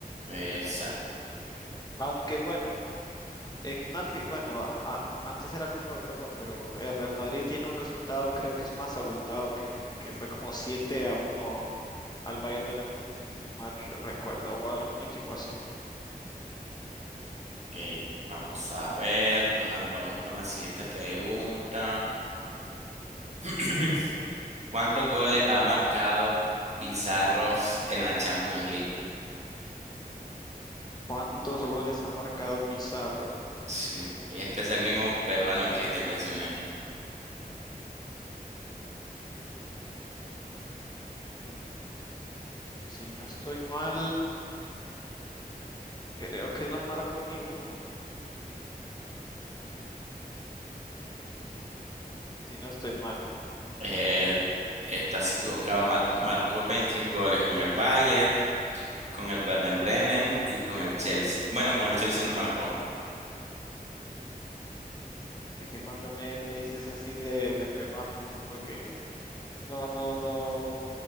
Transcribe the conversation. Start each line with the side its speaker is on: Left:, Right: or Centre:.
Right: Exacto.
Left: Aunque bueno, en una fi- bueno, a- a- antes era Copa de Europa, pero el Real Madrid tiene un resultado creo que es más abultado, que, que fue como 7 a uno al Bayer Leverkusen, si no mal recuerdo, o algún equipo así.
Right: Ok, Vamos a ver, con la- vamos con la siguiente pregunta. <clears throat> ¿Cuántos goles ha marcado Pizarro en la Champions League?
Left: ¿Cuántos goles ha marcado Pizarro?
Right: Sí, Este es
Left: Ujú,
Right: el mismo peruano que te mencioné.
Left: ujú. Si no estoy mal, creo que no marcó ni uno, si no estoy mal.
Right: Eh, estás equivocado. ma- marcó 21 goles con el Bayern, con el Werder Bremen y con el Chelsea. Bueno, con el Chelsea no marcó.
Left: Es que cuando me, me dices así de, de peruanos, es como que no, no, no.